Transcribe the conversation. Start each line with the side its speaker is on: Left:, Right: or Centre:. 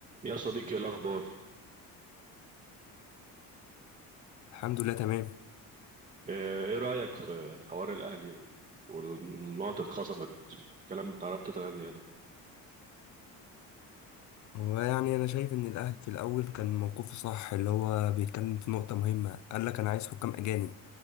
Right: يا صديقي إيه الأخبار
Left: الحمد لله تمام
Right: آه، إيه رأيك في حوار الأهلي والنقط اتخصمت الكلام بتاع رابطة الأندية ده
Left: ويعني انا شايف ان الاهلي في الاول كان موقفه صح اللي هو بيتكلم في نقطه مهمه قال لك انا عايز حكام اجانب